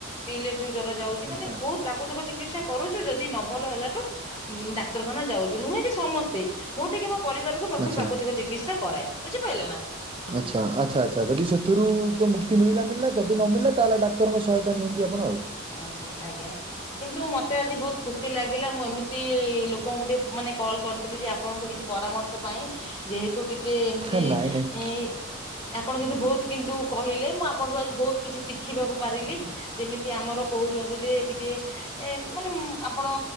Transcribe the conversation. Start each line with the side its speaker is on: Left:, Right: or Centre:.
Left: ପିିଲେଠୁ ଜର ଯାଉଛି।
Right: ଆଚ୍ଛା।
Left: ମାନେ ବହୁତ ପ୍ରା ପ୍ରାକୃତିକ ଚିକିତ୍ସା କରୁଛୁ ଯଦି ନ ଭଲ ହେଲାଠୁ ଉଁ ଡାକ୍ତରଖାନା ଯାଉଛୁ ନୁହେଁ ଯେ ସମସ୍ତେ ମୋର ଟିକେ ମୋ ପରିବାରକୁ ପ୍ରଥମେ
Right: ଆଚ୍ଛା
Left: ପ୍ରାକୃତିକ ଚିକିତ୍ସା କରାଏ, ବୁଝିପାଇଲେ ନା?
Right: ଆଚ୍ଛା ଆଚ୍ଛା ଆଚ୍ଛା ଯଦି ସେଥିରୁ ତ ମୁକ୍ତି ମିଳିଲା ମିଳିଲା ଯଦି ନମିଳିଲା ତାହେଲେ ଡାକ୍ତରଙ୍କ ସହାୟତା ନିଅନ୍ତି ଆପଣ ଆଉ।
Left: ଆଂଜ୍ଞା, ଆଂଜ୍ଞା କିନ୍ତୁ ମତେ ଆଜି ବହୁତ ଖୁସି ଲାଗିଲା ମୁଁ ଏମିତି ଲୋକଙ୍କୁ ଟିକେ ମାନେ କଲ୍ କରିଥିଲି ଯେ ଆପଣଙ୍କଠୁ କିଛି ପରାମର୍ଶ ପାଇଁ ଯେହେତୁ ଟିକେ ଏମତି
Right: ହେ ନାଇଁ ନାଇଁ
Left: ଇଁ ଆପଣ କିନ୍ତୁ ବହୁତ କିନ୍ତୁ କହିଲେ, ମୁଁ ଆପଣଠୁ ଆଜି ବହୁତ କିଛି ଶିଖିବାକୁ ପାରିଲି, ଯେମିତି ଯେ ଆମର କହୁଛନ୍ତି ଯେ ଟିକେ ଏ ମାନେ ମ୍ ଆପଣ